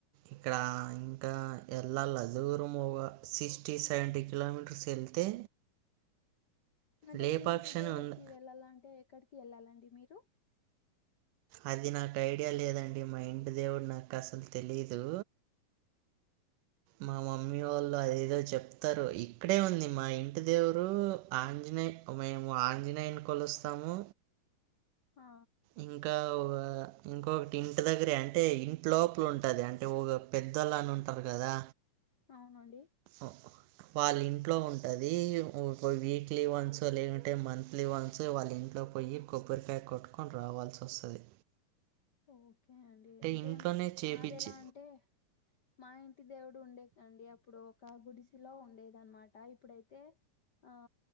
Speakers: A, on the right; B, on the left.
A: ఇక్కడ ఇంకా ఎల్లాల దూరము సిక్స్టీయ్ సెవెంటీ కిలోమీటర్స్ వెళ్తే
B: అంటే
A: లేపాక్షి
B: మీ ఇంటి దేవుడికి
A: అని ఉంది
B: వెళ్ళాలంటే ఎక్కడికి వెళ్ళాలండి మీరు
A: అది నాకు ఐడియా లేదండి మా ఇంటి దేవుడు నాకు అసలు తెలీదు మా మమ్మీ వాళ్ళ ఏదో చెప్పు తరు ఇక్కడే ఉంది మా ఇంటిదేవరు ఆంజనేయ మేము ఆంజనేయుని కొలుస్తాము
B: ఆ
A: ఇంకా ఇంకొకటి ఇంటి దగ్గర అంటే ఇంట్లోపల ఉంటది అంటే ఒక పెద్దలను ఉంటారు కదా
B: అవునండి
A: ఒప్పుకో వాళ్ళింట్లో ఉంటది వీక్లీ వన్స్ లేదంటే మంత్లీ వన్స్ వాళ్ళ ఇంట్లో పోయ్యి కొబ్బరికాయ కొట్టుకొని రావల్సి వస్తది
B: ఓకే అండి అంటే
A: ఇంట్లోనే చేపిచ్చి
B: మాది ఎలా అంటే మా ఇంటి దేవుడు ఉండే కండి అప్పుడు ఒక గుడిసెలో ఉండేది అనమాట ఇప్పుడైతే ఆ